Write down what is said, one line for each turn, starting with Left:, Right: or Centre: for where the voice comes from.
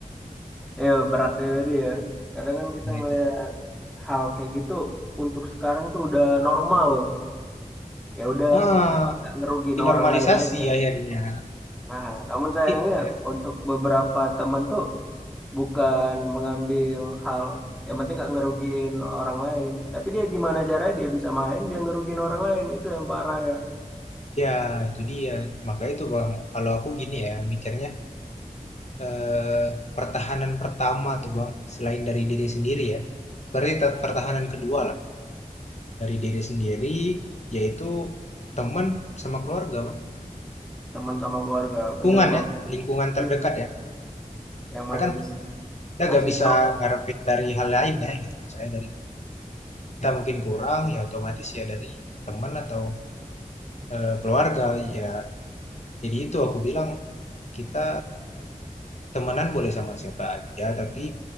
Centre: Ya, beratnya tadi ya. Kadang kan kita
Left: Nah,
Centre: ngelihat
Left: itu.
Centre: hal kayak gitu untuk sekarang tuh udah normal. Ya udah,
Left: Ah,
Centre: asal nggak ngerugiin
Left: dinormalisasi
Centre: orang lain aja.
Left: akhirnya.
Centre: gitu. Nah, namun
Left: Jadi,
Centre: sayangnya
Left: ya,
Centre: untuk beberapa temen tuh bukan mengambil hal yang penting nggak ngerugiin orang lain. Tapi dia gimana caranya dia bisa main, dia ngerugiin orang lain. Itu yang parah ya.
Left: ya itu dia. Maka itu Bang, kalau aku gini ya mikirnya eh, pertahanan pertama tuh Bang, selain dari diri sendiri ya. Berarti pertahanan kedua lah. Dari diri sendiri, yaitu teman sama keluarga, Bang.
Centre: Teman sama keluarga, bener
Left: Lingkungan
Centre: bang.
Left: ya, lingkungan terdekat
Centre: Iya.
Left: ya.
Centre: Yang
Left: Karena
Centre: mana
Left: kan
Centre: bisa
Left: kita
Centre: ngasih
Left: gak bisa
Centre: tahu.
Left: ngarepin dari hal lain ya gitu. Misalnya dari kita mungkin kurang, ya otomatis ya dari teman atau eh, keluarga. Ya, jadi itu aku bilang kita temenan boleh sama siapa aja, tapi